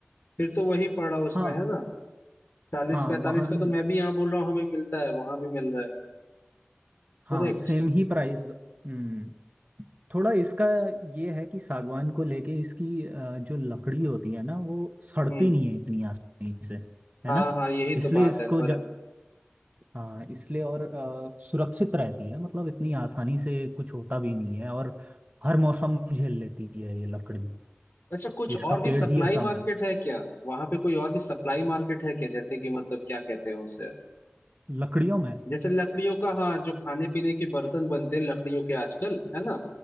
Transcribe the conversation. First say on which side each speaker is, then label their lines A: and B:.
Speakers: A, on the left; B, on the right.
A: फिर तो वही पड़ रहा उसमें
B: हाँ
A: है ना चालीस
B: हाँ
A: पैंतालीस
B: वहाँ
A: का
B: भी
A: तो मैं भी यहाँ बोल रहा हूँ हमें मिलता है वहां भी मिल रहा है
B: हाँ
A: करेक्ट
B: सेम ही प्राइस हम्म थोड़ा इसका ये है कि सागवान को लेके इसकी अ, जो लकड़ी होती है ना वो सड़ती
A: हम्म
B: नहीं है इतनी आसानी से है
A: हाँ
B: ना
A: हाँ यही
B: इसलिए
A: तो बात
B: इसको
A: है फर्क
B: ज हाँ इसलिए और अ, सुरक्षित रहती है मतलब इतनी आसानी से कुछ होता भी नहीं है और हर मौसम झेल लेती है ये लकड़ी
A: अच्छा कुछ
B: इसका
A: और भी
B: पेड़
A: सप्लाई
B: ही ऐसा
A: मार्केट
B: मन
A: है क्या वहां पे कोई और भी सप्लाई मार्केट है क्या जैसे कि मतलब क्या कहते हैं उसे
B: लकड़ियों में
A: जैसे लकड़ियों का हाँ जो खाने पीने के बर्तन बनते हैं लकड़ियों के आजकल है ना